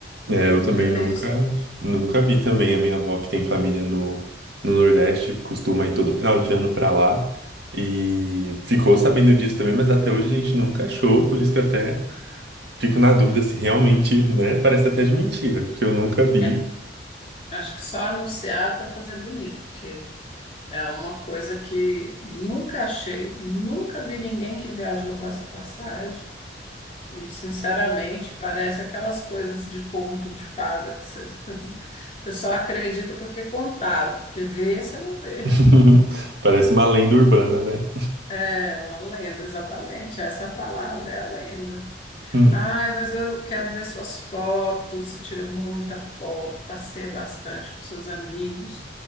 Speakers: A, on the right (about 65°); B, on the left (about 35°).
A: É,
B: nunca
A: eu também
B: dei
A: nunca,
B: sorte.
A: nunca vi também. A minha avó, que tem família no, no Nordeste, costuma ir todo final de ano pra lá. E ficou sabendo disso também, mas até hoje a gente nunca achou, por isso que eu até fico na dúvida se realmente, né, parece até de mentira, porque eu nunca vi.
B: É, acho que só anunciaram para fazer bonito, porque É uma coisa que nunca achei, nunca vi ninguém que viajou com essa passagem. E, sinceramente, parece aquelas coisas de conto de fada que você, <laughs> você só acredita porque contaram, porque vê você não vê.
A: <laughs> Parece uma lenda urbana, né?
B: É uma lenda, exatamente. Essa é a palavra é a lenda.
A: Hum.
B: Ai, mas eu quero ver suas fotos. Você tira muita foto, passeia bastante com seus amigos,